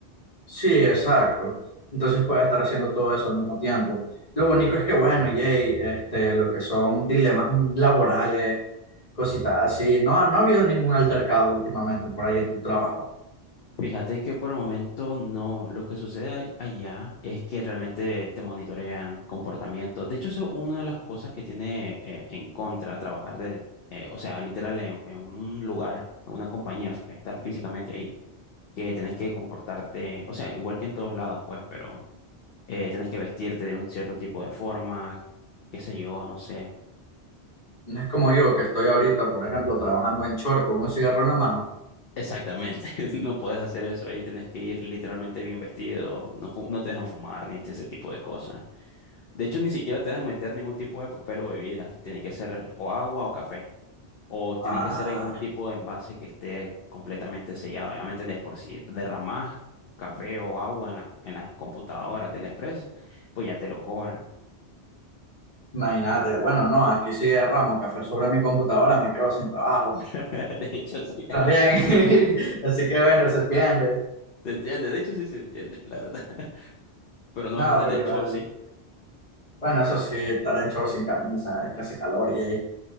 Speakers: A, on the left; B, on the left.
A: Sí, exacto. Entonces puedes estar haciendo todo eso al mismo tiempo. Lo único es que, bueno, yay, este, lo que son dilemas laborales, cositas así. No, no ha habido ningún altercado últimamente por ahí en tu trabajo.
B: Fíjate que por el momento no. Lo que sucede ahí- allá es que realmente te monitorean comportamientos. De hecho, eso es una de las cosas que tiene eh, en contra trabajar de, eh, o sea, literal en, en un lugar, en una compañía, f- estar físicamente ahí. que tenés que comportarte, o sea, igual que en todos lados, pues, pero eh, tenés que vestirte de un cierto tipo de forma, qué sé yo, no sé.
A: No es como yo, que estoy ahorita, por ejemplo, trabajando en short con un cigarro en la mano.
B: Exactamente, <laughs> no puedes hacer eso ahí, tenés que ir literalmente bien vestido, no, fu- no te dejan fumar ni ese tipo de cosas. De hecho, ni siquiera te dejan meter ningún tipo de papel o bebida, tiene que ser o agua o café, o tiene
A: Ah,
B: que ser en un tipo de envase que esté completamente sellado, ya me entendés, por si derramás café o agua en la- en las computadoras de la empresa, pues ya te lo cobran.
A: imagínate, bueno, no, aquí sí derramo café sobre mi computadora, me quedo sin trabajo
B: <laughs> De hecho, sí. <laughs>
A: también. <laughs> Así que bueno, se entiende.
B: Se entiende, de hecho, sí se entiende, la verdad. <laughs> Pero no
A: No,
B: vas a estar
A: pero
B: en
A: igual.
B: short, sí.
A: Bueno, eso sí, estar en shorts sin camisa, es que hace calor y ahí.